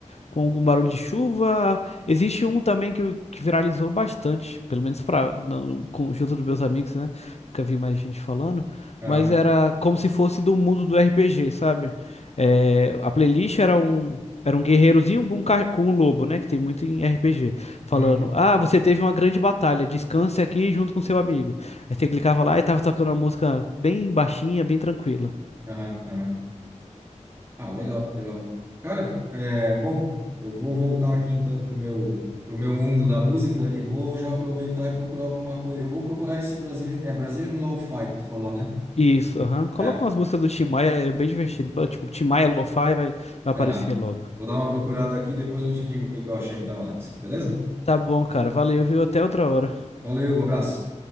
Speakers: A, on the left; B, on the right.
A: com algum barulho de chuva. Existe um também que, eu- que viralizou bastante, pelo menos para junto dos meus amigos, né? Nunca vi mais gente falando,
B: Aham,
A: mas era como se fosse do mundo do RPG, sabe? É, a playlist era um era um guerreirozinho com um, ca- com um lobo, né? Que tem muito em RPG, falando:
B: uhum,
A: Ah, você teve uma grande batalha, descanse aqui junto com seu amigo. Aí você clicava lá e tava tocando uma música bem baixinha, bem tranquila.
B: aham, aham. Ah, legal, legal. Cara, é, bom, eu vou voltar aqui então pro meu, pro meu mundo da música e vou já aproveitar e procurar alguma coisa. Eu vou procurar esse Brazilian, é Brazilian Lo-Fi que tu falou, né?
A: Isso, aham. Coloca
B: É.
A: umas músicas do Tim Maia, é bem divertido. Ba- Tipo, Tim Maia Lo-Fi vai, vai
B: Tá.
A: aparecer logo.
B: Vou dar uma procurada aqui, depois eu te digo o que que eu achei então, Alex. Beleza?
A: Tá bom, cara. Valeu, viu? Até outra hora.
B: Valeu, abraço.